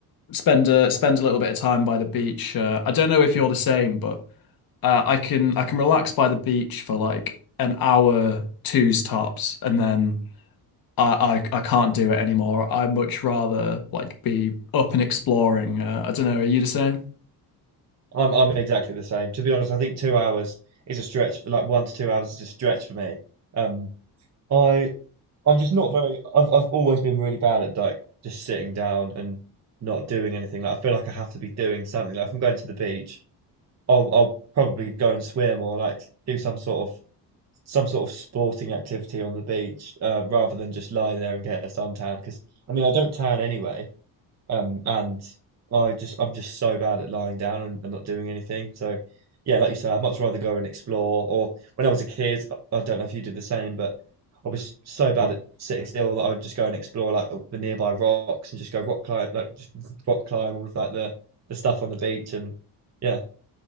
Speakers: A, on the left (about 60°); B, on the right (about 40°).
A: spend a spend a little bit of time by the beach. Uh, I don't know if you're the same, but uh, I can I can relax by the beach for like an hour, two's tops, and then. I, I I can't do it anymore. I much rather like be up and exploring. Uh, I don't know. Are you the same?
B: I'm I'm exactly the same. To be honest, I think two hours is a stretch for like one to two hours is a stretch for me. Um, I I'm just not very. I've I've always been really bad at like just sitting down and not doing anything. Like I feel like I have to be doing something. Like if I'm going to the beach, I'll I'll probably go and swim or like do some sort of some sort of sporting activity on the beach, uh, rather than just lie there and get a suntan. Because I mean I don't tan anyway, um, and I just I'm just so bad at lying down and, and not doing anything. So yeah, like you say, I'd much rather go and explore. Or when I was a kid, I don't know if you did the same, but I was so bad at sitting still that I would just go and explore like the nearby rocks and just go rock climb, like just rock climb all of like the the stuff on the beach and yeah,